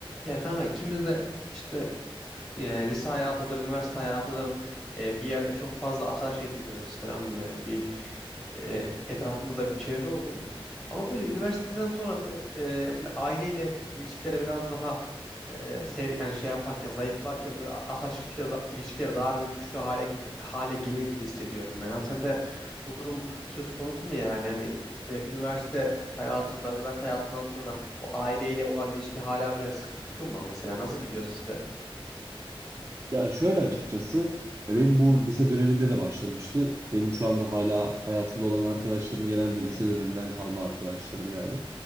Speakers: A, in the centre; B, on the right (about 30°).
A: Ya kanka ikimiz de işte e, lise hayatıdır, üniversite hayatıdır. e, bir yerde çok fazla arkadaş ediniyoruz falan böyle bir e, etrafımızda bir çevre oluyor. Ama böyle üniversiteden sonra böyle, e, böyle aileyle ilişkilere biraz daha e, seyre- yani şey yaparken zayıflarken böyle arkadaş ilişkileri, da, ilişkileri daha bir güçlü hale gibi hale geliyor gibi hissediyorum ben. Yani sen de bu durum söz konusu mu yani? Yani e, üniversite hayatında, üniversite hayatından sonra o aileyle olan ilişki hala böyle sıkı fıkı mı mesela? Nasıl gidiyor sizde?
B: Ya şöyle açıkçası ya benim bu lise döneminde de başlamıştı. Benim şu anda hala hayatımda olan arkadaşlarım genelde lise döneminden kalma arkadaşlarım yani.